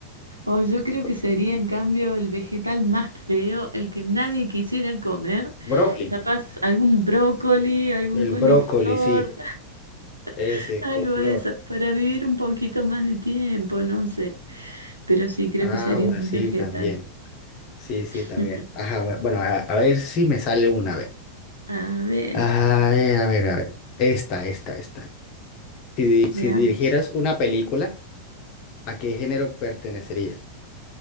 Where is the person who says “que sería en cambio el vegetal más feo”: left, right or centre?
Right